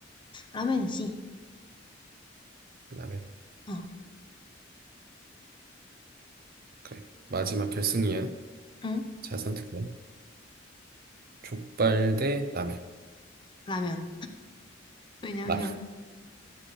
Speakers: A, on the left (about 25°); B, on the right (about 50°).
A: 라면이지.
B: 라면.
A: 어,
B: 그래. 마지막 결승이야.
A: 응?
B: 잘 선택해. 족발 대 라면.
A: 라면. 왜냐면
B: 라면.